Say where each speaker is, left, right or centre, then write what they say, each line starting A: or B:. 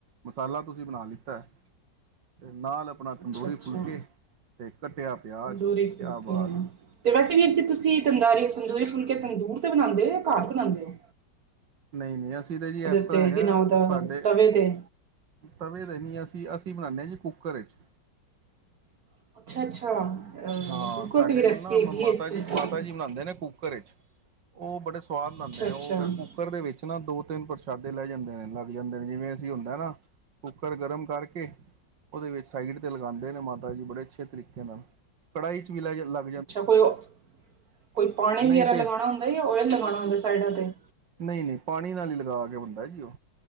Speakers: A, on the right; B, on the right.
A: ਮਸਾਲਾ ਤੁਸੀ ਬਨਾ ਲਿਤਾ ਐ। ਤੇ ਨਾਲ ਅਪਨਾ
B: ਅੱਛਾ
A: ਤੰਦੂਰੀ
B: ਅੱਛਾ
A: ਫੁਲਕੇ ਤੇ ਕੱਟੇਆ ਪਿਆਜ,
B: ਤੰਦੂਰੀ ਫੁਲਕੇ
A: ਕਯਾ ਬਾਤ ਏ।
B: ਤੇ ਵੈਸੇ ਵੀਰ ਜੀ ਤੁਸੀ ਤਦਾਰੀ ਤੰਦੂਰੀ ਫੁਲਕੇ ਤੰਦੂਰ ਤੇ ਬਨਾਦੇ ੳ ਜਾਂ ਘਰ ਬਨਾਦੇ ੳ।
A: ਨਈ ਨਈ। ਅਸੀ ਤੇ ਜੀ ਏਸਰਾਂ
B: ਉੱਤੇ
A: ਹੈਗਾ
B: ਕਿ ਨਾ ਉਹਦਾ
A: ਸਾਡੇ
B: ਤਵੇ ਤੇ
A: ਤਵੇ ਤੇ ਨੀ, ਅਸੀ-ਅਸੀ ਬਨਾਨੇ ਆ ਜੀ ਕੁੱਕਰ ਏਚ।
B: <inaudible> ਅ
A: ਹਾਂ
B: ਬਿਲਕੁਲ
A: ਸਾਡੇ
B: ਦੀ ਵੀ ਰੈਸਪੀ
A: ਕੋਲ ਨਾ ਮਮ
B: ਹੈਗੀ
A: ਮਾਤਾ
B: ਏ ਇਸ
A: ਜੀ,
B: ਚੀਜ਼
A: ਮਾਤਾ
B: ਦੀ।
A: ਜੀ ਬਨਾਦੇ ਨੇ ਕੂਕਰ ਏਚ। ੳ ਬੜੇ ਸੁਆਦ ਬਨਾਦੇ
B: ਅੱਛਾ-ਅੱਛਾ,
A: ਨੇ, ੳਹ ਫੇਰ
B: ਅੱਛਾ
A: ਕੂਕ ਕੁੱਕਰ ਦੇ ਵਿਚ ਨਾ ਦੋ-ਤਿੰਨ ਪ੍ਰਸ਼ਾਦੇ ਲੈ ਜਾਂਦੇ ਨੇ, ਲੱਗ ਜਾਂਦੇ ਨੇ। ਜਿਵੇਂ ਅਸੀ ਹੁੰਦਾ ਏ ਨਾ ਕੁੱਕਰ ਗਰਮ ਕਰਕੇ ੳਦੇ ਵਿੱਚ ਸਾਈਡ ਤੇ ਲਗਾਂਦੇ ਨੇ ਮਾਤਾ ਜੀ ਬੜੇ ਅੱਛੇ ਤਰੀਕੇ ਨਾਲ। ਕੜਾਹੀ ਚ ਵੀ ਲੈ, ਲਗ
B: ਅੱਛਾ ਕੋਈ ੳ, ਕੋਈ ਪਾਨੀ
A: ਨਹੀਂ
B: ਵਗੈਰਾ
A: ਤੇ
B: ਲਗਾਨਾ ਹੁੰਦਾ ਜਾਂ ਓਯਲ ਲਗਾਨਾ ਹੁੰਦਾ ਸਾਈਡਾ ਤੇ
A: ਨਈ-ਨਈ, ਪਾਨੀ ਨਾਲ ਈ ਲਗਾ ਕੇ ਬਨਦਾ ਏ ਜੀ ੳ